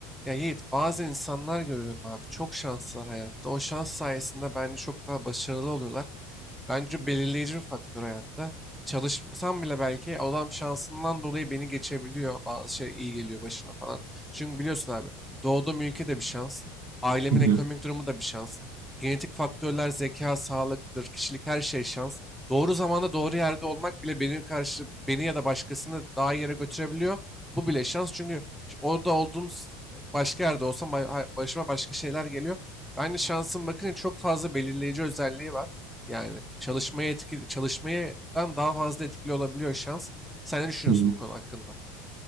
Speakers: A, in the centre; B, on the right.
A: Ya Yiğit, bazı insanlar görüyorum abi çok şanslılar hayatta. O şans sayesinde bence çok daha başarılı oluyorlar. Bence belirleyici bir faktör hayatta. Çalışmasam bile belki adam şansından dolayı beni geçebiliyor. Bazı şey iyi geliyor başına falan. Çünkü biliyorsun abi doğduğum ülke de bir şans. Ailemin
B: Hı hı,
A: ekonomik durumu da bir şans. Genetik faktörler, zeka, sağlıktır, kişilik her şey şans. Doğru zamanda doğru yerde olmak bile beni karşı beni ya da başkasını daha iyi yere götürebiliyor. Bu bile şans çünkü orada olduğum s- başka yerde olsam ba- başıma başka şeyler geliyor. Bence şansın bakın çok fazla belirleyici özelliği var. Yani çalışmaya etki, çalışmadan daha fazla etkili olabiliyor şans. Sen ne düşünüyorsun
B: hı hı.
A: bu konu hakkında?